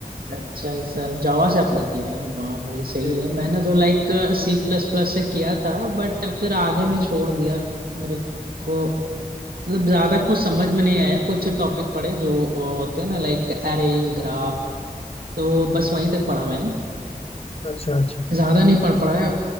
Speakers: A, on the right; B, on the left.
A: अच्छा अच्छा जावा से आपने किया वाह भाई सही
B: जी
A: है मैंने तो लाइक सी प्लस प्लस से किया था बट फिर आधे में छोड़ दिया मेरे को मतलब ज्यादा कुछ समझ में नहीं आया कुछ ही टॉपिक पढ़े जो अ, होते हैं ना लाइक एरेज ग्राफ तो बस वहीं तक पढ़ा मैंने
B: अच्छा अच्छा
A: ज्यादा नहीं पढ़ पाया